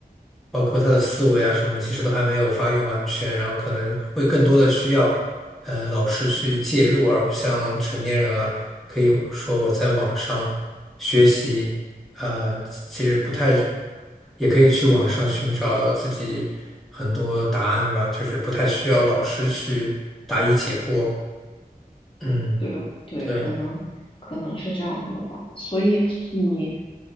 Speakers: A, in the centre; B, on the left.
A: 包括他的思维啊什么，其实都还没有发育完全，然后可能会更多的需要，呃，老师去介入，而不像成年人啊，可以说我在网上学习，呃，其实不太，也可以去网上寻找自己很多答案吧，就是不太需要老师去答疑解惑。嗯，
B: 对对，
A: 对。
B: 可能可能是这样子的吧。所以你